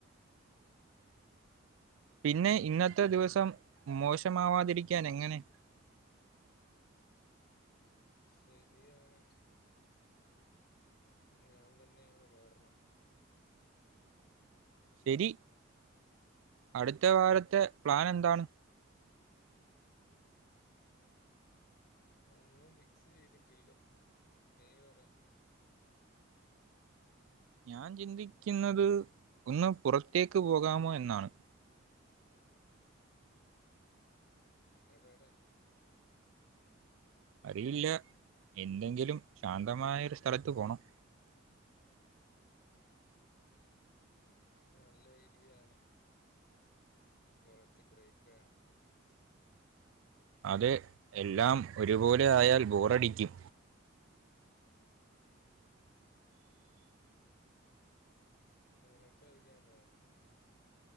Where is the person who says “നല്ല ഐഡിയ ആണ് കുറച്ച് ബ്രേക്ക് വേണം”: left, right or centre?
Left